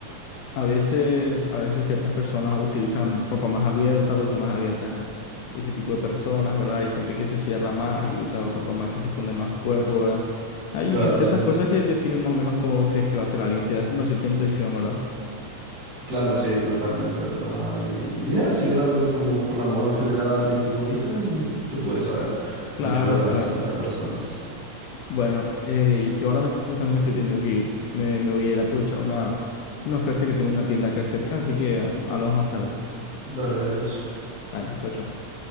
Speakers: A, on the left (about 80°); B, on the right (about 40°).
A: A veces, a veces ciertas personas utilizan ropa más abierta porque son más abiertas eh, ese tipo de personas, ¿verdad? Hay gente que se cierra más y usa ropa más que se esconde más su cuerpo, ¿verdad? Hay
B: Claro,
A: ciertas
B: sí.
A: cosas que definen más o menos cómo vos crees que va a ser alguien, te da una cierta impresión, ¿verdad?
B: Claro, sí, totalmente, ¿verdad? Y, y es así, ¿verdad? Por- Como por la moda en general y cómo visten, se puede saber
A: Claro,
B: mucho de las,
A: claro.
B: las personas.
A: Bueno, eh, yo ahora me estoy, justamente me estoy teniendo que ir. Me, me voy a ir a aprovechar una, una oferta que tengo en una tienda acá cerca, así que ah, hablamos más tarde.
B: Dale, adiós.
A: Dale, chao, chao.